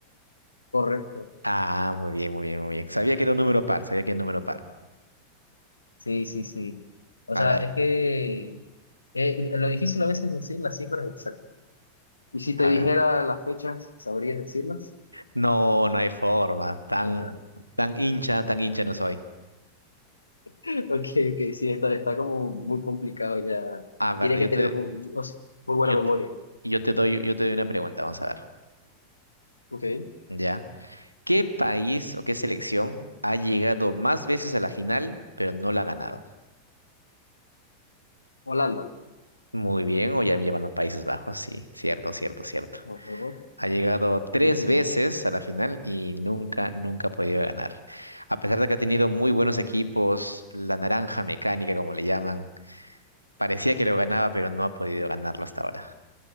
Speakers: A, on the left (about 80°); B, on the right (about 85°).
A: Correcto.
B: Ah, muy bien, muy bien, muy bien. Sabía que era un número par, sabía que era un número par.
A: Sí, sí, sí. O sea,
B: A ver,
A: es que eh, lo difícil a veces es decir las cifras exactas. Y si te
B: a
A: dijera
B: ver.
A: las fechas, ¿sabrías decirlas?
B: No, no hay forma. Tan,
A: Está-
B: tan hincha, tan hincha no soy.
A: Ok, ok, sí, está, está como muy complicado ya.
B: A ver,
A: Tienes que
B: yo
A: tener
B: te,
A: mu- o sea, muy, buena
B: yo,
A: memoria.
B: t- yo te doy, yo te doy una pregunta, vamos a ver.
A: Ok,
B: ¿Ya? ¿Qué país o qué selección ha llegado más veces a la final, pero no la ha ganado?
A: Holanda.
B: Muy bien, o ya me llevan a Países Bajos, sí, cierto, cierto, cierto.
A: Ajá.
B: Ha llegado tres
A: Sí, sí.
B: veces a la final y nunca, nunca ha podido ganar. A pesar de que ha tenido muy buenos equipos, la naranja mecánica, como le llaman, parecía que lo ganaba, pero no ha podido ganarlo hasta ahora.